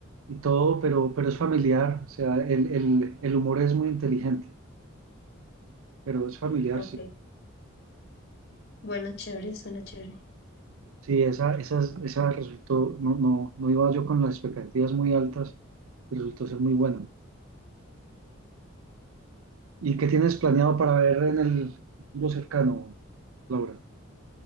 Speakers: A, on the right (about 80°); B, on the left (about 50°).
A: y todo, pero, pero es familiar. O sea, el, el- el humor es muy inteligente, pero es familiar,
B: Ok.
A: sí.
B: Bueno, chévere, suena chévere.
A: Sí, esa, esa, esa resultó, no, no, no iba yo con las expectativas muy altas, pero resultó ser muy buena. ¿Y qué tienes planeado para ver en el futuro cercano, Laura?